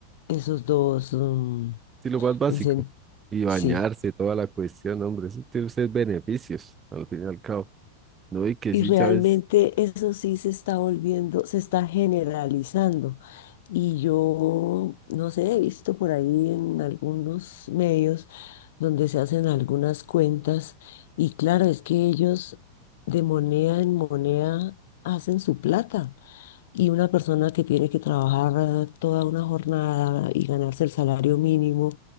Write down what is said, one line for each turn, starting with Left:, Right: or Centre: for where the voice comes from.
Left: esos dos, mm,
Right: sí, lo más básico.
Left: incen-
Right: Y bañarse,
Left: sí,
Right: toda la cuestión, hombre, eso tiene usted beneficios, al fin y al cabo. No, y que
Left: Y
Right: sí,
Left: realmente
Right: ya ves,
Left: eso sí se está volviendo, se está generalizando. Y yo, no sé, he visto por ahí en algunos medios donde se hacen algunas cuentas y claro, es que ellos de moneda en moneda hacen su plata. Y una persona que tiene que trabajar eh, toda una jornada y ganarse el salario mínimo